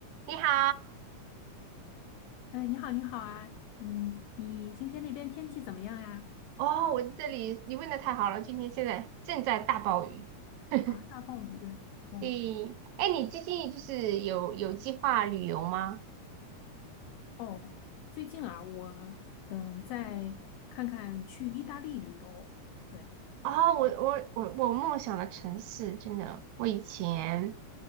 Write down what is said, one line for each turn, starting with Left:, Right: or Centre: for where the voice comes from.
Right: 你好，
Left: 嗯，呃你好，你好啊，嗯，你今天那边天气怎么样呀？
Right: 哦，我在这里，你问的太好了，今天现在正在大暴雨。<laughs>
Left: 啊，大暴雨，哦
Right: 对，哎，你最近就是有有计划旅游吗？
Left: 哦，最近啊，我嗯在看看去意大利旅游，对，
Right: 哦，我我我我梦想的城市，真的，我以前